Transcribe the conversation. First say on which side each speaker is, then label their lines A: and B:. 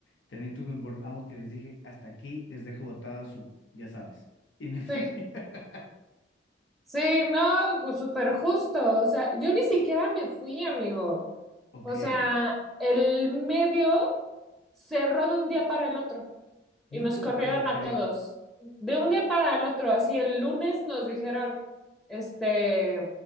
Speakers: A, on the left (about 80°); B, in the centre.
A: También tuve un burnout que les dije, hasta aquí les dejo botada su, ya sabes. Y me fui.
B: Sí.
A: <laughs>
B: Sí, no, ju- súper justo. O sea, yo ni siquiera me fui, amigo.
A: Ok,
B: O sea, el medio cerró de un día para el otro
A: no
B: y nos
A: te
B: corrieron
A: lo puedo creer.
B: a todos. De un día para el otro, así el lunes nos dijeron, este,